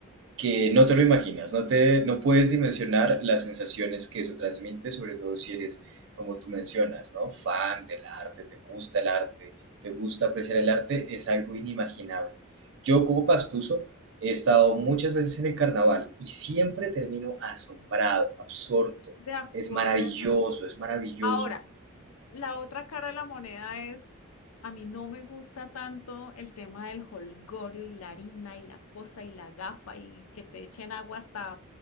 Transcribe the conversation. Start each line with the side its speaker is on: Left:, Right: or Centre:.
Right: que no te lo imaginas, no te, no puedes dimensionar las sensaciones que eso transmite, sobre todo si eres, como tú mencionas, ¿no? Fan del arte, te gusta el arte, te gusta apreciar el arte, es algo inimaginable. Yo como pastuso he estado muchas veces en el carnaval y siempre termino asombrado, absorto.
Left: De acuerdo.
Right: Es maravilloso, es maravilloso.
Left: Ahora, la otra cara de la moneda es, a mí no me gusta tanto el tema del jolgorio y la harina y la cosa y la gafa y que te echen agua hasta